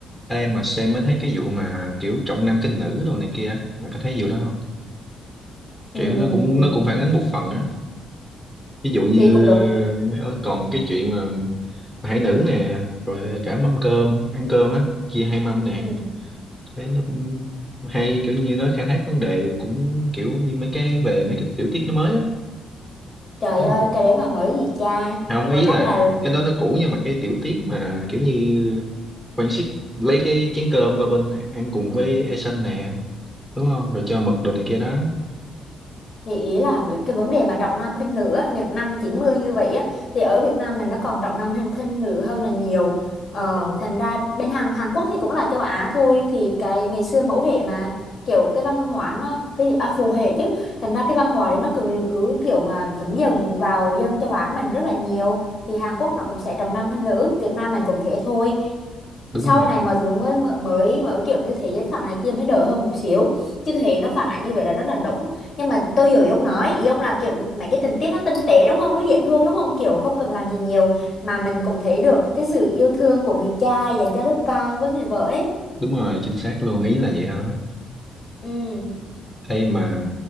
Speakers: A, in the centre; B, on the left.
A: Ê mà xem mới thấy cái vụ mà kiểu trọng nam khinh nữ đồ này kia mà có thấy vụ đó không kiểu
B: Ừm,
A: nó cũng nó cũng phản ánh một phần á ví dụ như
B: thì cũng đúng
A: ờ, còn cái chuyện mà, mà hải nữ nè rồi cả mâm cơm ăn cơm á chia hai mâm nè
B: Ừ.
A: thế nó cũng hay kiểu như nó khai thác vấn đề cũng kiểu như mấy cái về mấy cái tiểu tiết nó mới á
B: Trời
A: đúng
B: ơi,
A: không
B: cái đấy mà mới gì cha.
A: không
B: có
A: ý là
B: chắc là
A: cái đó nó cũ nhưng mà cái tiểu tiết mà kiểu như quan siết lấy cái chén cơm qua bên ăn cùng với Eason nè đúng không rồi cho mực đồ này kia đó
B: thì ý là về cái vấn đề mà trọng nam khinh nữ á, những năm 90 như vậy á thì ở Việt Nam mình nó còn trọng nam hay khinh nữ hơn là nhiều. Ờ,
A: Ờ,
B: thành ra bên Hàn Hàn Quốc thì cũng là châu Á thôi thì cái ngày xưa mẫu hệ mà kiểu cái văn hóa nó cái à, phù hệ chứ. Thành ra cái văn hóa đấy nó cứ cứ kiểu mà thấm dần vào dân châu Á mình rất là nhiều. Thì Hàn Quốc nó cũng sẽ trọng nam khinh nữ, Việt Nam mình cũng thế thôi.
A: đúng
B: sau
A: rồi
B: này mọi thứ mới mới mới mới kiểu như thế giới phẳng này kia mới đỡ hơn một xíu chứ thế nó phản ánh như vậy là rất là đúng nhưng mà tôi hiểu ý ông nói ý ông là kiểu mấy cái tình tiết nó tinh tế đúng không nó dễ thương đúng không kiểu không cần làm gì nhiều mà mình cũng thấy được cái sự yêu thương của người cha dành cho đứa con với người vợ ấy
A: đúng rồi chính xác luôn ý là vậy đó
B: ừ
A: Ê mà